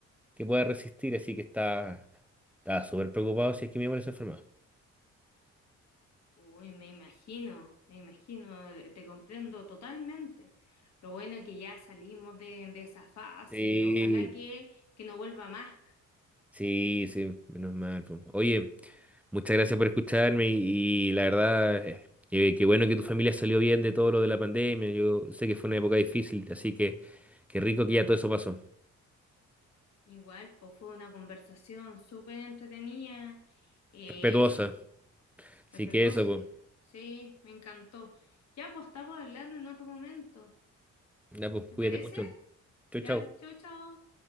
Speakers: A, in the centre; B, on the left.
A: que pueda resistir, así que estaba, estaba súper preocupado si es que mi abuela se enferma.
B: Uy, me imagino, me imagino, eh, te comprendo totalmente. Lo bueno es que ya salimos de, de esa fase,
A: Sí,
B: ojalá que, que no vuelva más.
A: sí, sí, menos mal. po. Oye, muchas gracias por escucharme y, y la verdad, eh, eh, qué bueno que tu familia salió bien de todo lo de la pandemia. Yo sé que fue una época difícil, así que qué rico que ya todo eso pasó.
B: Igual, pues fue una conversación súper entretenida, eh,
A: Respetuosa. Así
B: respetuosa,
A: que eso, pues.
B: sí, me encantó. Ya, pues estamos hablando en otro momento,
A: Ya, pues,
B: ¿te
A: cuídate
B: parece?
A: mucho. Chau,
B: Ya,
A: chau.
B: chau, chau.